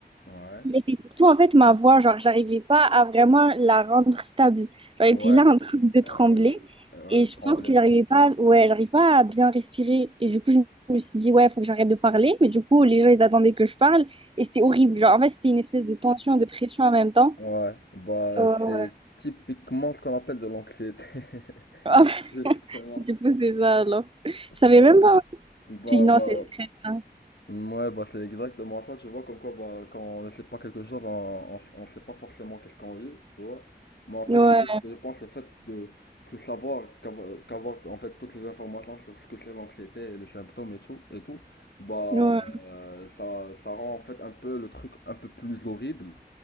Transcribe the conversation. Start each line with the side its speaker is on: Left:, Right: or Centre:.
Left: Ouais.
Right: Mais c'est surtout en fait ma voix, genre j'arrivais pas à vraiment la rendre stable. Genre, elle
Left: Ouais.
Right: était là en train de trembler
Left: Euh, euh,
Right: et
Left: ouais,
Right: je
Left: trembler.
Right: pense que j'arrivais pas, ouais, j'arrive pas à bien respirer. Et du coup, je me suis dit, ouais, faut que j'arrête de parler. Mais du coup, les gens, ils attendaient que je parle et c'était horrible. Genre, en fait, c'était une espèce de tension et de pression en même temps.
Left: Ouais, bah
Right: Euh,
Left: c'est
Right: ouais.
Left: typiquement ce qu'on appelle de l'anxiété, <laughs>
Right: <laughs>
Left: justement.
Right: du coup, c'est ça alors. Je savais
Left: Bah,
Right: même pas.
Left: bah,
Right: J'ai dit, non,
Left: bah,
Right: c'est le stress. hein.
Left: ouais, bah c'est exactement ça, tu vois, comme quoi, bah, quand on ne sait pas quelque chose, on, on, on sait pas forcément qu'est-ce qu'on vit, tu vois. Mais en fait,
Right: Ouais,
Left: c'est juste, je pense, le fait de, que savoir, qu'avoir, qu'avoir, en fait, toutes les informations sur ce que c'est l'anxiété et les symptômes et tout, et tout, bah,
Right: ouais,
Left: euh, ça, ça rend en fait un peu le truc un peu plus horrible.